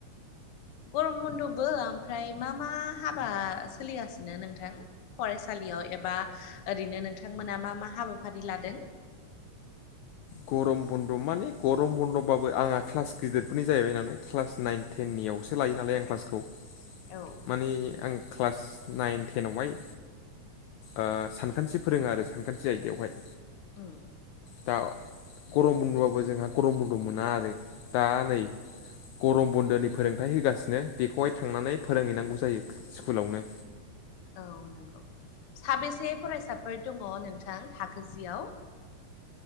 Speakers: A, on the left; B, on the left.
A: गरम बन्द'बो ओमफ्राय मा मा हाबा सोलिगासिनो नोंथां फरायसालियाव एबा ओरैनो नोंथांमोना मा मा हाबाफारि लादों
B: गरम बन्द' माने गरम बन्द'बाबो आंहा क्लास गिदिरफोरनि जाहैबाय नालाय क्लास नाइन टेननियावसो लायो नालाय आं क्लासखौ
A: औ
B: माने आं क्लास नाइन, टेनावहाय आ सानखान्थि फोरोङो आरो सानखान्थि आयदायावहाय
A: <inaudible>
B: दा गरम बन्दबाबो जोंहा गरम बन्द' मोना आरो दा नै गरम बन्दोनि फोरोंथाइ होगासिनो बेखौहाय थांनानै फोरोंहैनांगौ जायो स्कुलावनो
A: औ नंगौ साबेसे फरायसाफोर दङ नोंथां थाखो जियाव